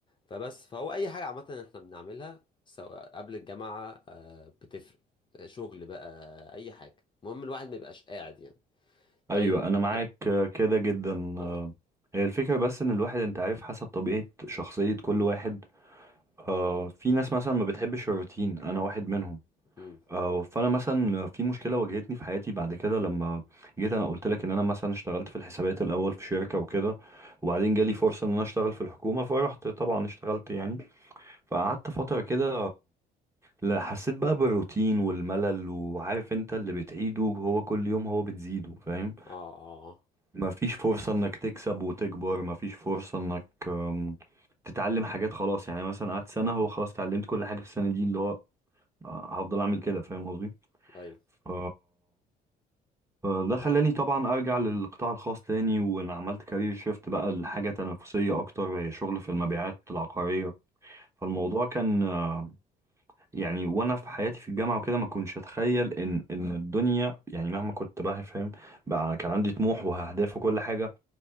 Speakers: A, on the left; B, on the right.
A: فبس فهو اي حاجه عامه احنا بنعملها سواء قبل الجامعه آه بتفرق آه، شغل بقى اي حاجه المهم الواحد ما يبقاش قاعد يعني
B: ايوه
A: طيب
B: انا معاك
A: طب
B: آه، كده جدا
A: اه
B: آه، هي الفكره بس ان الواحد انت عارف حسب طبيعه شخصيه كل واحد آه، في ناس مثلا ما بتحبش الروتين انا واحد منهم
A: امم
B: آه، فانا مثلا في مشكله واجهتني في حياتي بعد كده لما جيت انا قلت لك ان انا مثلا اشتغلت في الحسابات الاول في شركه وكده وبعدين جالي فرصه ان انا اشتغل في الحكومه فرحت طبعا اشتغلت يعني فقعدت فتره كده لا حسيت بقى بالروتين والملل وعارف انت اللي بتعيده هو كل يوم هو بتزيده فاهم
A: اه اه آه.
B: مفيش فرصة انك تكسب وتكبر مفيش فرصة انك أم، تتعلم حاجات خلاص يعني مثلا قعدت سنة هو خلاص اتعلمت كل حاجة في السنة دي اللي هو آه، هفضل اعمل كده فاهم قصدي
A: ايوه
B: ف... فده خلاني
A: معاك
B: طبعا ارجع للقطاع الخاص تاني وانا عملت كارير شيفت بقى لحاجة تنافسية اكتر هي شغل في المبيعات العقارية فالموضوع كان آه، يعني وانا في حياتي في الجامعه وكده ما كنتش اتخيل ان ان الدنيا يعني مهما كنت بقى فاهم بقى كان عندي طموح واهداف وكل حاجه